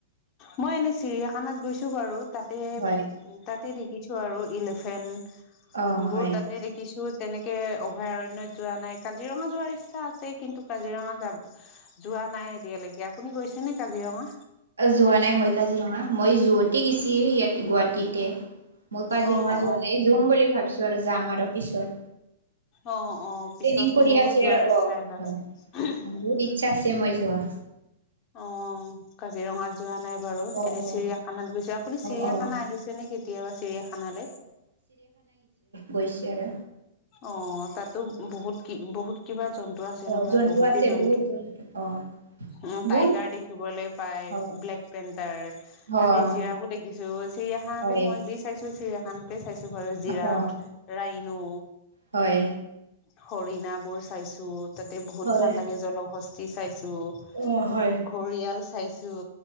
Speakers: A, on the left; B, on the right.
A: মই এনেই চিৰিয়াখানাত গৈছো বাৰু। তাতে
B: হয়
A: তাতে দেখিছোঁ আৰু এলিফেন্ট
B: অ
A: বোৰ
B: হয়
A: তাতে দেখিছোঁ তেনেকে অভয়াৰণয়ত যোৱা নাই কাজিৰঙা যোৱাৰ ইচ্ছা আছে কিন্তু কাজিৰঙা যাব যোৱা নাই এতিয়ালৈকে আপুনি গৈছে নে কাজিৰঙা
B: যোৱা নাই মই কাজিৰঙা। মই যুৱতে গৈচি ইয়াতে গুৱাহাটীতে মই কাজিৰঙা
A: অ
B: যোৱা
A: অ
B: নাই যাম বুলি ভাবিছো আৰু যাম আৰু পিছত।
A: অ অ পিছত
B: ট্ৰেইনিং কৰি
A: মোৰো
B: আছে
A: যোৱাৰ
B: আৰু
A: ইচ্ছা
B: অ
A: এটা
B: হয়
A: আছে
B: বহুত
A: উম,
B: ইচ্ছা আছে মই যোৱা।
A: অ কাজিৰঙাত যোৱা নাই। বাৰু এনেই
B: অ', অ',
A: চিৰিয়াখানাত গৈছো আপুনি চিৰিয়াখানা
B: অ', অ',
A: আহিছে নে কেতিয়াবা চিৰিয়াখানালে?
B: গৈছ আৰ।
A: অ তাতো বহুত কি বহুত কিবা। জন্তু আছে
B: অ',
A: নহয়
B: জন্তু
A: বহুতেই
B: আছে
A: জন্তু
B: বহুত অ',
A: উ
B: বহুত
A: টাইগাৰ দেখিবলে পাই,
B: অ',
A: ব্লেক পেণ্টাৰ
B: অ',
A: তাতে জিৰাবো দেখিছো। চিৰিয়াখানাতে
B: হয়,
A: মই যি চাইছো চিৰিয়াখানাতে চাইছো বাৰু জিৰাফ,
B: অ',
A: ৰাইনু।
B: হয়।
A: হৰিণা বোৰ চাইছো তাতে বহুত
B: হয়,
A: ভাল লাগে জলহস্তি চাইছো। ঘৰিয়াল
B: অ', হয়।
A: চাইছো।